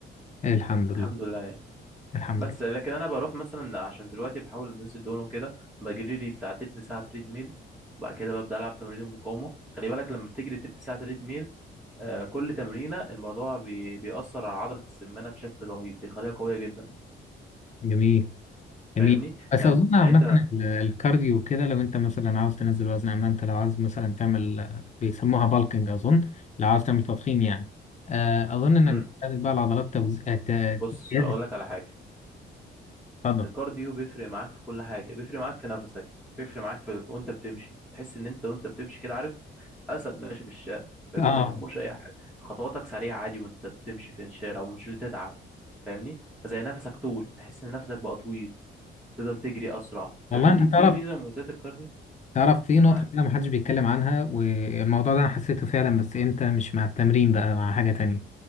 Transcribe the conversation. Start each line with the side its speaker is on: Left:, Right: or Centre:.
Left: الحمد لله
Centre: الحمد لله يعني
Left: الحمد
Centre: بس
Left: لله
Centre: لكن انا بروح مثلا عشان دلوقتي بحاول انزل دهون وكده بجري لي بتاع تلت ساعة تريد ميل وبعد كده ببدأ ألعب تمارين المقاومة خلي بالك لما بتجري تلت ساعة تريد ميل آه، كل تمرينة الموضوع بي... بيأثر على عضلة السمانة بشكل رهيب بيخليها قوية جدا
Left: جميل
Centre: فاهمني
Left: جميل بس
Centre: يعني
Left: اظن عامه
Centre: يعني انت
Left: ال- الكارديو كده لو انت مثلا عاوز تنزل وزن اما انت لو عاوز مثلا تعمل بيسموها بالكنج اظن لو عاوز تعمل تضخيم يعني آه، اظن انك
Centre: امم
Left: بتحتاج بقى العضلات توزيع
Centre: بص
Left: زياده
Centre: اقول لك على حاجة
Left: اتفضل
Centre: الكارديو بيفرق معاك في كل حاجة بيفرق معاك في نفسك بيفرق معاك في وانت بتمشي تحس ان انت وانت بتمشي كده عارف اسد ماشي في الشارع فاهمني
Left: اه
Centre: ما يهموش اي حاجة خطواتك سريعة عادي وانت بتمشي في الشارع ومش بتتعب فاهمني زي نفسك طول تحس ان نفسك بقى طويل تقدر تجري اسرع
Left: والله
Centre: فاهمني
Left: انت
Centre: دي دي
Left: تعرف
Centre: ميزة من مميزات الكارديو
Left: تعرف في نقطة
Centre: معاك
Left: كده محدش بيتكلم عنها والموضوع ده أنا حسيته فعلا بس إمتى مش مع التمرين بقى مع حاجة تانية